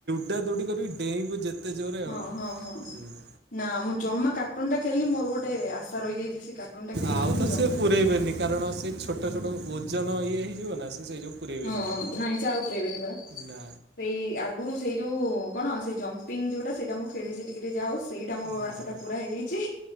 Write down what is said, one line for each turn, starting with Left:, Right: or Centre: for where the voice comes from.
Right: ଦୌଡ଼ି କରିବି ଡେଇଁକୁ ଯେତେ ଜୋରେ ଆଉ
Left: ହଁ ହଁ ହଁ
Right: ହୁଁ
Left: ନା ମୁଁ ଜମା କା ଟା ଖେିଲି ମୋର ଗୋଟେ ଆଶା ରହିଯାଇଛି ସେ କାର୍ଟୁନ ଟା ଖେଳିବା
Right: ଆଉ
Left: ପାଇଁ ମୁଁ
Right: ତ
Left: ଜମା
Right: ସେ ପୁରେଇବେନି
Left: ଖେଳିନି।
Right: କାରଣ ସେ ଛୋଟ ଛୋଟ ଓଜନ ଇଏ ହେଇଯିବ ନା। ସେ ସେଇ ଯୋଉ ପୁରେଇବେନି
Left: ହଁ
Right: ଜମା।
Left: ନାଇଁ ଆଉ ପୁରାଇବେନି ପରାା ସେଇ
Right: ନା
Left: ଆଗରୁ ସେଇ ଯଉ କଣ ସେଇ ଜମ୍ପିଙ୍ଗ ଯଉଟା ସେଇଟା ମୁଁ ଖେଳି ସେ ଟିକ ଟିକେ ଯାହା ହଉ। ସେଇଟା ମୋ
Right: ଉଁ
Left: ଆଶା
Right: ହୁଁ
Left: ଟା ପୁରା ହେଇଯାଇଛି